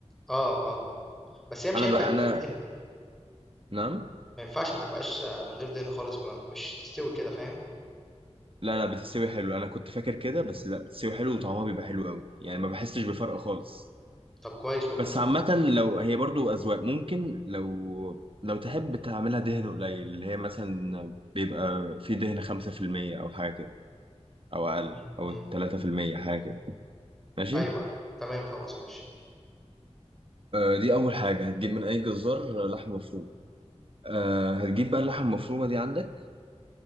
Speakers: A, in the centre; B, on the right (about 50°).
A: آه، آه، بس هي مش
B: انا
A: هينفع
B: بقى
A: تستوي،
B: انا نعم
A: ما ينفعش ما تبقاش آه، من غير دهن خالص، ما مش تستوي كده فاهم؟
B: لا لا بتستوي حلو انا كنت فاكر كده بس لا بتستوي حلو وطعمها بيبقى حلو قوي يعني ما بحسش بفرق خالص
A: طب كويس والله،
B: بس عامه لو هي برضو اذواق ممكن لو لو تحب تعملها دهن قليل اللي هي مثلا بيبقى في دهن 5% او حاجه كده او اقل
A: إمم،
B: او
A: إمم،
B: 3% حاجه كده ماشي
A: أيوه، تمام خلاص ماشي،
B: آه، دي أول حاجة هتجيب من أي جزار لحم مفروم آه، هتجيب بقى اللحمة المفرومة دي عندك